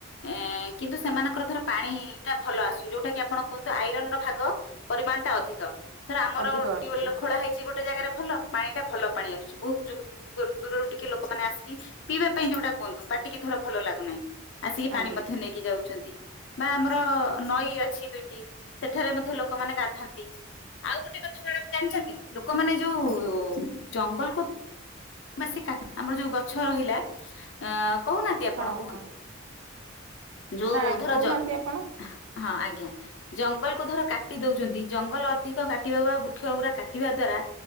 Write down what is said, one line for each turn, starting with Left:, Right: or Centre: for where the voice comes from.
Left: ଏଁ କିନ୍ତୁ ସେମାନଙ୍କର ଧର ପାଣିଟା ଭଲ ଆସୁନି ଯୋଉଟା କି ଆପଣ କୁହନ୍ତୁ ଆଇରନ ର ଭାଗ- ପରିମାଣଟା ଅଧିକ ଥର ଆମର-
Right: ଅଧିକ ଆସୁଛି
Left: ଟ୍ୟୁୱେଲ ଖୋଳା ହେଇଛି ଗୋଟେ ଜାଗାରେ ଭଲ ପାଣିଟା ଭଲ ପାଣି ଆସଛି। ବହୁତ ଯୁଗ- ଦୂରରୁ ଟିକେ ଲୋକମାନେ ଆସିକି ପିଇବା ପାଇଁ ଯୋଉଟା କୁହନ୍ତୁ ପାଟିକି ଧର ଭଲ ଲାଗୁନାହିଁ। ଆସିକି
Right: ଆଜ୍ଞା
Left: ପାଣି ମଧ୍ୟ ନେଇକି ଯାଉଛନ୍ତି ବା ଆମର ନଈ ଅଛି ଦୁଇଟି। ସେଠାରେ ମଧ୍ୟ ଲୋକମାନେ ଗାଧାନ୍ତି। ଆଉ ଗୋଟେ କଥା ମାଡ଼ାମ୍ ଜାଣିଛନ୍ତି ଲୋକମାନେ ଯୋଉ-
Right: ଆଜ୍ଞା।
Left: ଓ ଜଙ୍ଗଲକୁ- ବେଶୀ କା ଆମର ଯୋଉ ଗଛ ରହିଲା ଅଁ କହୁନାହାନ୍ତି ଆପଣ
Right: ହଁ
Left: କୁହନ୍ତୁ।
Right: ହଁ
Left: ଯୋଉ
Right: ନା
Left: ଧରା
Right: କହୁନାହାନ୍ତି
Left: ଯାଉ
Right: ଆପଣ
Left: ହଁ ଆଜ୍ଞା। ଜଙ୍ଗଲକୁୁ ଧର କାଟି ଦଉଛନ୍ତି ଜଙ୍ଗଲ ଅଧିକ କାଟିବା ବା ବୃକ୍ଷ କାଟିବା ଦ୍ଵାରା